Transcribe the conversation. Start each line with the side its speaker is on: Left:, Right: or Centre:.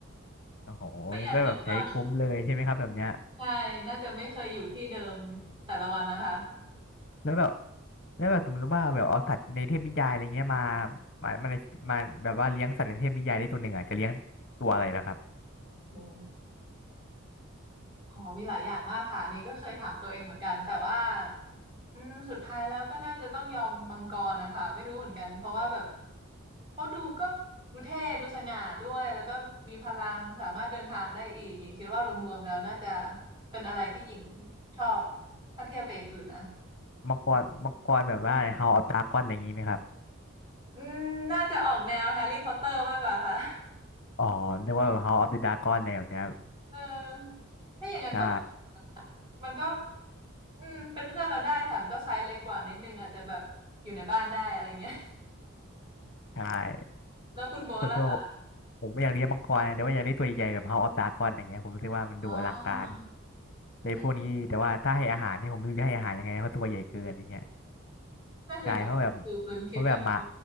Left: โอ้โหงั้นก็แบบใช้คุ้มเลยใช่ไหมครับแบบเนี้ย
Right: <laughs> ประหยัดเงินหน่อย ใช่น่าจะไม่เคยอยู่ที่เดิมแต่ละวันนะคะ
Left: แล้วแบบแล้วแบบสมมติว่าแบบเอาสัตว์ในเทพนิยายอะไรเงี้ยมามามาในมาแบบว่าเลี้ยงสัตว์ในเทพนิยายได้ตัวหนึ่งอ่ะจะเลี้ยงตัวอะไรล่ะครับ
Right: โอ้อ๋อมีหลายอย่างมากค่ะอันนี่ก็เคยถามตัวเองเหมือนกันแต่ว่าอืมสุดท้ายแล้วก็น่าจะต้องยอมมังกรนะคะไม่รู้เหมือนกันเพราะว่าแบบเขาดูก็ดูเท่ดูสง่าด้วยแล้วก็มีพลังสามารถเดินทางได้อีกหญิงคิดว่ารวมๆแล้วน่าจะเป็นอะไรที่หญิงชอบถ้าเทียบกับอย่างอื่นนะ
Left: มังกรมังกรแบบว่า House of Dragon อะไรอย่างงี้ไหมครับ
Right: อืมน่าจะออกแนวแฮร์รี่พอตเตอร์มากกว่าค่ะ
Left: อ๋อนึกว่าแบบ House of the Dragon อะไรแบบเนี้ย
Right: เออถ้าอย่างนั้นก็เป็น
Left: ใช่
Right: มันก็อืมเป็นเพื่อนเราได้แถมก็ไซส์เล็กกว่านิดนึงอาจจะแบบอยู่ในบ้านได้อะไรเงี้ย
Left: ใช่
Right: <laughs> แล้วคุณโบ๊ทล่ะคะ
Left: ส่วนตัวผมผมไม่อยากเลี้ยงมังกรนะแต่ว่าอยากได้ตัวใหญ่ๆแบบ House of Dragon อย่างเงี้ยผมรู้สึกว่ามันดูอลังการ
Right: อ๋อ
Left: เลยพวกนี้แต่ว่าถ้าให้อาหารนี่ผมไม่รู้จะให้อาหารยังไงเพราะตัวใหญ่เกินอย่างเงี้ย
Right: อืมนั่นสิคะคือลืมคิดไปแล้ว
Left: ใช่เพราะแบบเพราะแบบหมา